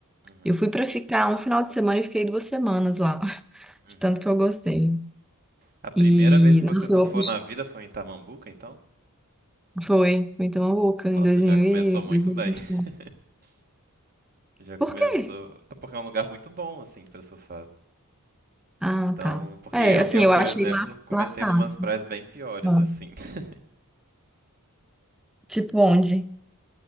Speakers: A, on the right; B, in the centre.
A: Uhum,
B: Eu fui para ficar um final de semana e fiquei duas semanas lá, <laughs>
A: uhum.
B: de tanto que eu gostei.
A: A primeira
B: E,
A: vez que
B: nossa,
A: você surfou
B: eu, foi,
A: na vida foi em Tamambuca, então?
B: foi em Itamambuca
A: Nossa,
B: em dois mil
A: já começou
B: e
A: muito
B: dois mil
A: bem.
B: e vinte
A: <laughs>
B: e um.
A: Já começou.
B: Por quê?
A: É Porque é um lugar muito bom, assim, pra surfar.
B: Ah,
A: Então,
B: tá.
A: porque
B: É,
A: eu,
B: assim,
A: eu,
B: eu
A: por
B: achei
A: exemplo,
B: lá,
A: comecei
B: lá fácil.
A: numas praias bem piores,
B: Ah,
A: assim. <laughs>
B: Tipo onde?